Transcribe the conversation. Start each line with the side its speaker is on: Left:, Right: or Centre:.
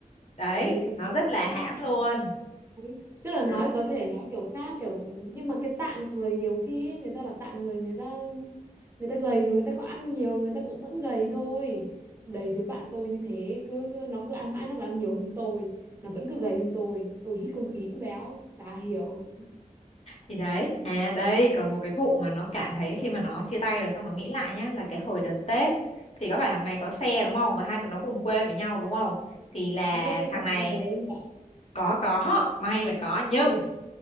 Left: đấy
Right: Ê, cái
Left: nó rất
Right: hãm
Left: là hãm
Right: hãm hãm
Left: luôn
Right: ấy. tức là
Left: Rồi-
Right: nói có thể nói kiểu khác kiểu nhưng mà cái tạng người nhiều khi ấy, người ta là tạng người người ta người ta gầy rồi người ta có ăn nhiều người ta cũng vẫn gầy thôi đầy đứa bạn tôi như thế cứ nó cứ ăn mãi nó còn ăn nhiều hơn tôi nó vẫn cứ gầy hơn tôi tôi hít không khí cũng béo chả hiểu
Left: thì đấy à đây còn một cái vụ mà nó cảm thấy khi mà nó chia tay rồi xong nó nghĩ lại nhá là cái hồi đợt Tết thì có phải thằng này có xe đúng không và hai tụi nó cùng quê với nhau đúng không thì là
Right: có thế có
Left: thằng
Right: chở
Left: này
Right: nhau về không vậy
Left: có có may là có nhưng
Right: Ôi,